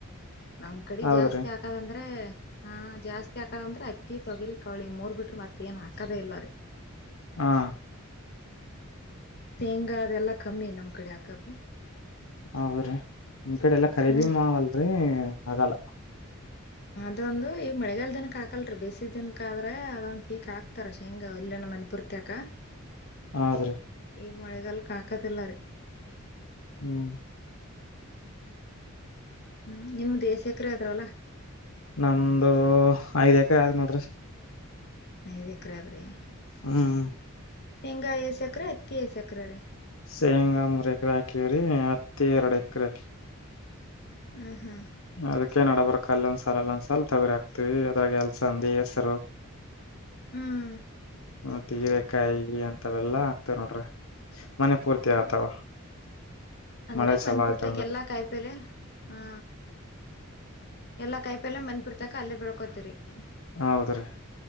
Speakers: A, on the left; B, on the left.
A: ನಮ್ ಕಡೆ
B: ಹೌದ್ರಿ
A: ಜಾಸ್ತಿ ಹಾಕದಂದ್ರೆ ಹಾ ಜಾಸ್ತಿ ಹಾಕದಂದ್ರ ಅತ್ತಿ ತೊಗರಿ ಕಳಿ ಮೂರ್ ಬಿಟ್ರ ಮತ್ತ ಏನ್ ಹಾಕದೇ ಇಲ್ಲರಿ
B: ಹಾ
A: ಶೇಂಗಾ ಅದೆಲ್ಲಾ ಕಮ್ಮಿ ನಮ್ ಕಡೆ ಯಾಕಬ
B: ಅವ ನಿನ್್ ಕಡೆ ಎಲ್ಲ ಖರೀಬಿ
A: ಹ್ಮ್
B: ಮಾವಲ್ರರಿ ಆಗಲ್ಲ
A: ಇದೊಂದು ಈ ಮಳೆಗಾಲದಿನ ಹಾಲ್ರರಿ ಬೇಸದೀನ್ಕ ಆದ್ರೆ ಅದೊಂದ್ ಪೀಕ್ ಹಾಕ್ತಾರ ಶೇಂಗ ಒಲ್ಲನ ಮನೆ ಪುರ್ತಕ
B: ಹೌದ್ರೀ
A: ಈಗ ಮಳೆಗಾಲ ಕಾಕತಿಲ್ಲ ರೀ
B: ಹ್ಮ್
A: ಹ್ಮ್ ನಿಮ್ದೇ ಸಖರೆ ಆದ್ರವಲ್ಲ
B: ನಮ್ದು ಐದ್ ಎಕರ ಯಾವ್ದ್ ನೋಡ್ರಿ
A: ನ ಇದೆೇಕ್ರಾದ್ರಾ
B: ಹ್ಮ್
A: ಹೆಂಗಾಯ ಸಕರೆ ಹತ್ತಿ ಸಕರ ರ
B: ಸೇಂಗಾ ಮೂರು ಎಕರಾ ಕಿೂರಿ ಹತ್ತಿ ಎರಡು ಎಕ್ರಾ
A: ಹ ಹಾ
B: ಅದಕೇ ನಡಬರ್ಕ್ ಅಲ್ಲೊಂದ್ಸಲ ಅಲ್ಲೊಂದ್ಸಲ್ ತೊಗರಿ ಆಕ್ತಿವಿ ಅದ್ರಾಗ ಎಲ್ಸ ಅಂದ ಹೆಸರು
A: ಹ್ಮ್
B: ಮ ತೀರೆಕಾಯಿ ಅಂತವೆಲ್ಲಾ ಹಾಕ್ತವ ನೋಡ್ರಿ ಮನೆ ಪೂರ್ತಿ
A: ಹ್ಮ್
B: ಆತಾವ
A: ಅಂದ್ರೆ
B: ಮಳೆ ಚಲೋ
A: ಮನ್ಪುರ್ತಕ್ಕೆ
B: ಆಯ್ತ ಅಂದ್ರ
A: ಎಲ್ಲಾ ಕಾಯಿಪೇಲೆ ಹಾ ಎಲ್ಲ ಕೈ ಪೆಲ್ಲ ಮಂದನ್ ಬಿರ್ತಕ ಅಲ್ಲೇ ಬೆಳ್ಕೋತರಿ ಹ್ಮ
B: ಹೌದ್ರಿ